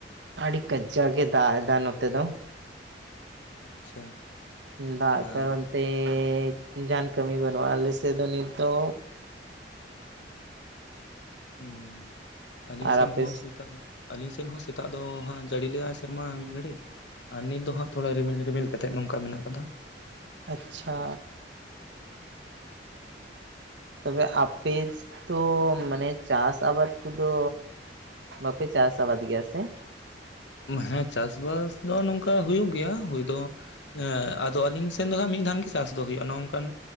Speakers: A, on the right (about 75°); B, on the left (about 80°).
A: ᱟᱹᱰᱤ ᱠᱟᱡᱟᱠ ᱮ ᱫᱟᱜ ᱮᱫᱟ ᱱᱚᱛᱮ ᱫᱚ᱾
B: ᱟᱪᱪᱷᱟ᱾
A: ᱫᱟᱜ
B: ᱟᱨ
A: ᱠᱟᱨᱚᱱ ᱛᱮᱻ ᱡᱟᱦᱟᱱ ᱠᱟᱹᱢᱤ ᱵᱟᱹᱱᱩᱼᱟ ᱟᱞᱮᱥᱮ ᱫᱚ ᱱᱤᱛ ᱫᱚ᱾
B: ᱦᱩ ᱟᱹᱞᱤᱧ
A: ᱟᱨ
B: ᱥᱮᱱ
A: ᱟᱯᱮ
B: ᱦᱚᱸ, ᱥᱮᱛᱟᱜ ᱟᱹᱞᱤᱧ ᱥᱮᱱ ᱦᱚᱸ ᱥᱮᱛᱟᱜ ᱫᱚ ᱦᱟᱜ ᱡᱟᱹᱲᱤ ᱞᱮᱜ-ᱟᱭ ᱥᱮᱨᱢᱟ ᱢᱤᱫ ᱜᱷᱟᱹᱲᱤ᱾ ᱟᱨ ᱱᱤᱛ ᱫᱚ ᱦᱟᱸᱜ ᱛᱷᱚᱲᱟ ᱨᱤᱢᱤᱞ ᱨᱤᱢᱤᱞ ᱠᱟᱛᱮᱜ ᱱᱚᱝᱠᱟ ᱢᱮᱱᱟᱜ ᱟᱠᱟᱫᱟ᱾
A: ᱟᱪᱪᱷᱟ᱾ ᱛᱚᱵᱮ ᱟᱯᱮ ᱛᱚ ᱢᱟᱱᱮ ᱪᱟᱥ ᱟᱵᱟᱫ ᱠᱚᱫᱚ ᱵᱟᱯᱮ ᱪᱟᱥ ᱟᱵᱟᱫ ᱜᱮᱭᱟ ᱥᱮ?
B: ᱦᱮᱸ ᱪᱟᱥᱵᱟᱥ ᱫᱚ ᱱᱚᱝᱠᱟ ᱦᱩᱭᱩᱜ ᱜᱮᱭᱟ ᱦᱩᱭ ᱫᱚ᱾ ᱦᱮᱸ ᱟᱫᱚ ᱟᱹᱞᱤᱧ ᱥᱮᱱ ᱫᱚ ᱦᱟᱜ ᱢᱤᱫ ᱫᱷᱟᱱ ᱜᱮ ᱪᱟᱥ ᱫᱚ ᱦᱩᱭᱩᱜᱼᱟ᱾ ᱱᱚᱝᱠᱟᱱ